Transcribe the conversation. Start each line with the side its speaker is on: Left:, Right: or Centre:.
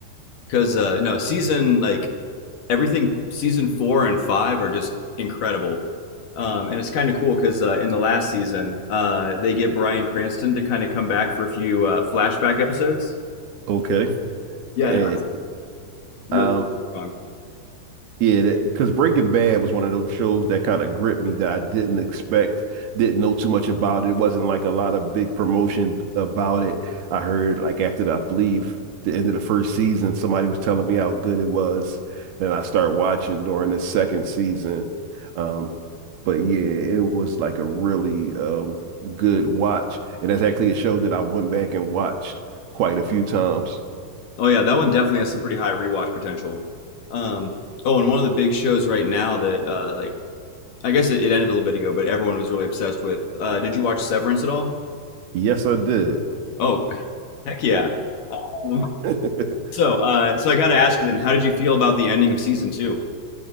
Left: Because uh, no season like everything season four and five are just incredible, um, and it's kind of cool because uh, in the last season uh, they get Bryan Cranston to kind of come back for a few uh, flashback episodes.
Right: Okay.
Left: Yeah,
Right: Eh,
Left: no, really
Right: um,
Left: strong.
Right: Yeah, because Breaking Bad was one of those shows that kind of gripped me that I didn't expect, didn't know too much about. It wasn't like a lot of big promotion about it. I heard like after the, I believe the end of the first season, somebody was telling me how good it was, and I started watching during the second season. Um, but yeah, it was like a really um, good watch, and that's actually a show that I went back and watched quite a few times.
Left: Oh yeah, that one definitely has some pretty high rewatch potential. Um, oh, and one of the big shows right now that uh, like I guess it, it ended a little bit ago, but everyone was really obsessed with. Uh, did you watch Severance at all?
Right: Yes, I did.
Left: Oh, <laughs> heck yeah. Um,
Right: <laughs>
Left: so, uh, so I got to ask you then, how did you feel about the ending of season two?